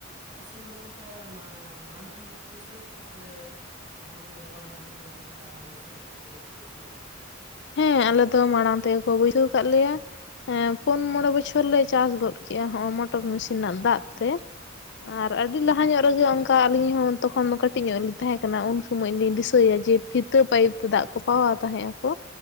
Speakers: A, on the right (about 40°); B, on the left (about 60°).
A: ᱟᱯᱮ ᱥᱮᱱ ᱫᱚ ᱦᱚᱜᱚᱝ ᱠᱟ ᱢᱟ ᱢᱟᱲᱟᱝ ᱠᱷᱚᱱ ᱜᱮᱠᱚ ᱵᱟᱹᱭᱥᱟᱹᱣ ᱠᱟᱜ-ᱟ ᱥᱮ? ᱦᱮ ᱦᱚᱸᱜᱚᱭ ᱦᱚᱞᱟ ᱢᱟᱫᱷᱮᱨ ᱜᱮ ᱦᱚᱸᱜᱚᱝ ᱠᱟ ᱟᱞᱮᱥᱮᱫ ᱞᱮᱠᱟ ᱜᱮᱠᱚ ᱵᱟᱹᱭᱥᱟᱹᱣ ᱠᱟᱜ-ᱟ
B: ᱦᱮᱸ ᱟᱞᱮ ᱫᱚ ᱢᱟᱲᱟᱝ ᱛᱮᱜᱮᱠᱚ ᱵᱟᱹᱭᱥᱟᱹᱣ ᱠᱟᱫ ᱞᱮᱭᱟ ᱦᱮᱸ ᱯᱩᱱ ᱢᱚᱬᱮ ᱵᱚᱪᱷᱚᱨ ᱞᱮ ᱪᱟᱥ ᱜᱚᱫ ᱠᱮᱜ-ᱟ ᱦᱚᱜᱚ ᱢᱚᱴᱚᱨ ᱢᱤᱥᱤᱱ ᱨᱮᱱᱟᱜ ᱫᱟᱜ ᱛᱮ ᱟᱨ ᱟᱹᱰᱤ ᱞᱟᱦᱟ ᱧᱚᱜ ᱨᱮᱜᱮ ᱚᱱᱠᱟ ᱟᱹᱞᱤᱧ ᱦᱚᱸ ᱛᱚᱠᱷᱚᱱ ᱫᱚ ᱠᱟᱹᱴᱤᱡ ᱧᱚᱜ ᱞᱤᱧ ᱛᱟᱦᱮᱸ ᱠᱟᱱᱟ ᱩᱱ ᱥᱚᱢᱚᱭ ᱞᱤᱧ ᱫᱤᱥᱟᱹᱭᱟ ᱡᱮ ᱯᱷᱤᱛᱟᱹ ᱯᱟᱭᱤᱯ ᱛᱮ ᱫᱟᱜ ᱠᱚ ᱯᱟᱣᱟᱣ ᱛᱟᱦᱮᱸ ᱟᱠᱚ